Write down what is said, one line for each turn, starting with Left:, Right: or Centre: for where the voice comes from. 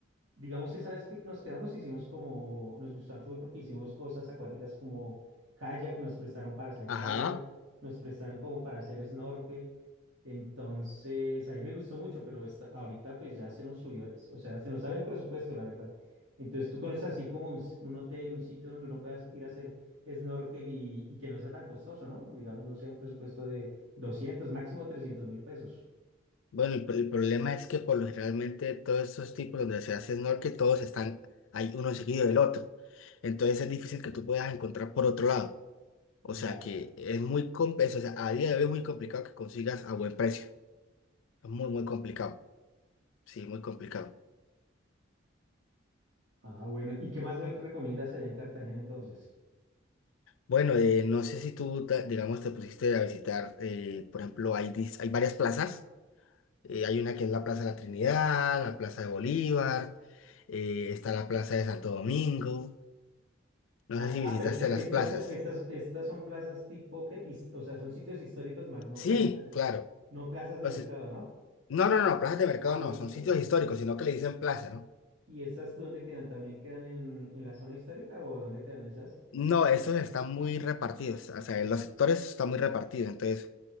Right: digamos, esa vez que nos quedamos, hicimos como, nos gustó harto fue porque hicimos cosas acuáticas como kayak, nos prestaron para hacer kayak,
Left: Ajá.
Right: nos prestaron como para hacer snorkel. Entonces, ahí me gustó mucho, pero esta- ahorita pues ya se nos subió, o sea, se nos sale el presupuesto, la verdad. Entonces, tú conoces así como un, s- un hotel, un sitio donde uno pueda ir a hacer snorkel y, y que no sea tan costoso, ¿no? Digamos, no sea un presupuesto de 200 máximo trescientos mil pesos.
Left: Bueno, el, el problema es que por lo generalmente todos estos tipos donde se hace snorkel, todos están ahí uno seguido del otro. Entonces es difícil que tú puedas encontrar por otro lado. O
Right: Ya.
Left: sea que es muy complejo, o sea, a día de hoy es muy complicado que consigas a buen precio. Es muy, muy
Right: Ok.
Left: complicado. Sí, muy complicado.
Right: Ah, bueno. ¿Y qué más me recomiendas allá en Cartagena entonces?
Left: Bueno, eh, no sé si tú, ta- digamos, te pusiste a visitar, eh, por ejemplo, hay, dis- hay varias plazas. Eh, hay una que es la Plaza de la Trinidad, la Plaza de Bolívar, eh, está la Plaza de Santo Domingo. No
Right: Ah,
Left: sé si
Right: ah,
Left: visitaste
Right: pero este-
Left: las
Right: estas,
Left: plazas.
Right: son, estas, estas son plazas tipo que, o sea, son sitios históricos más no
Left: Sí,
Right: plazas de, mer-
Left: claro.
Right: no plazas de
Left: O
Right: mercado,
Left: sea,
Right: ¿no?
Left: no, no, no, plazas de mercado
Right: Ah,
Left: no,
Right: listo.
Left: son sitios históricos, sino que le dicen plaza, ¿no?
Right: ¿Y esas dónde quedan? ¿También quedan en, en la zona histórica o dónde quedan esas?
Left: No, esos están muy repartidos, o sea, los sectores están muy repartidos, entonces